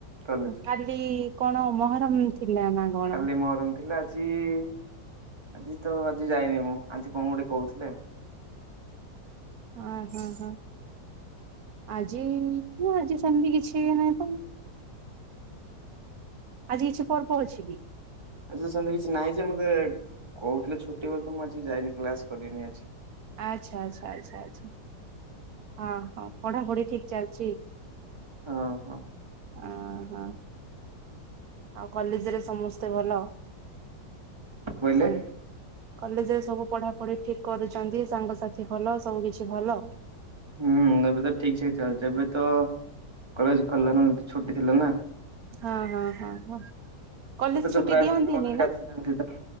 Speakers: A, on the right; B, on the right.
A: କଲେଜ।
B: କାଲି କଣ ମହରମ? ଥିଲା ନା କଣ?
A: କାଲି ମହରମ୍ ଥିଲା ଆଜି ଆ ଆଜି ତ ଆଜି ଯାଇନି ମୁଁ ଆଜି କଣ ଗୋଟେ କହୁଥିଲେ?
B: ଓ ହୋ ହୋ। ଆଜି ନା ଆଜି ସେମିତି କିଛି ନାହିଁ ତ। ଆଜି କିଛି ପର୍ ପହଛିିବି।
A: ଆ ସେମିତି କିଛି ନାହିଁ ଯେ ମତେ କହୁଥିଲେ ଛୋଟି ବୋଲି ତ ମୁଁ ଆଜି ଯାଇନି କ୍ଲାସ କରନି।
B: ଆଚ୍ଛା ଆଚ୍ଛା ଆଚ୍ଛା ଆଛା। ହ ହଁ ପଢାପଢି ଠିକ ଚାଲିଛି?
A: ହଁ ହଁ
B: ଓ ହୋ। ଆଉ କଲେଜରେ ସମସ୍ତେ ଭଲ?
A: କହିଲେ?
B: ସାଙ୍ଗ କଲେଜରେ ସବୁ ପଢାପଢି ଠିକ କରୁଛନ୍ତି ସାଙ୍ଗସାଥି ଭଲ ସବୁ କିଛି ଭଲ?
A: ହୁଁ ଏବେ ତ ଠିକ ଠିକ ଚାଲିଛି ଏବେ ତ କଲେଜ ଖଲିଲ ଛୁଟି ଥିଲା ନା।
B: ହଁ ହଁ ହଁ ହଁ। କଲେଜ
A: ଏବେ ତ
B: ଛୁଟି
A: ପ୍ରାୟ
B: ଦିଅନ୍ତିନି
A: ସାଙ୍ଗମାନେ ବି
B: ନା
A: ଆସିନାହାନ୍ତି ତ କଣ